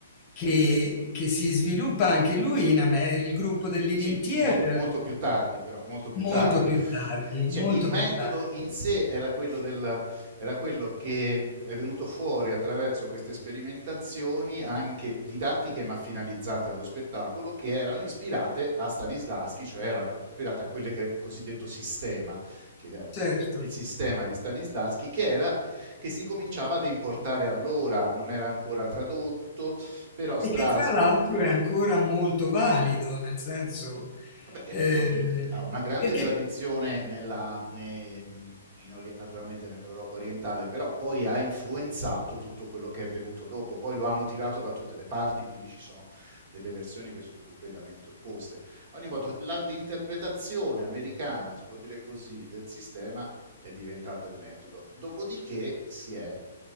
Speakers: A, on the left; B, on the right.
A: che che si sviluppa anche lui in Ame il gruppo del Living
B: Sì,
A: Theatre
B: molto, molto più tardi, però, molto più
A: molto
B: tardi.
A: più tardi,
B: Cioè,
A: molto
B: il metodo
A: più tardi.
B: in sé era quello, del- era quello che è venuto fuori attraverso queste sperimentazioni, anche didattiche ma finalizzate allo spettacolo, che erano ispirate a Stanislavski, cioè erano ispirate a quelle che cosiddetto sistema, che era
A: Certo,
B: il sistema di Stanislavski, che era che si cominciava ad importare allora, non era ancora tradotto, però Strasbourg
A: e che tra l'altro è ancora molto valido, nel senso,
B: Vabbè, è
A: eh,
B: ancora- i- i- ha una grande
A: perché
B: tradizione nella- ne- in ori- naturalmente nell'Europa orientale, però poi ha influenzato tutto quello che è venuto dopo. Poi lo hanno tirato da tutte le parti, quindi ci sono delle versioni che sono completamente opposte. Ad ogni modo, la- l'interpretazione americana, si può dire così, del sistema è diventato il metodo. Dopodiché si è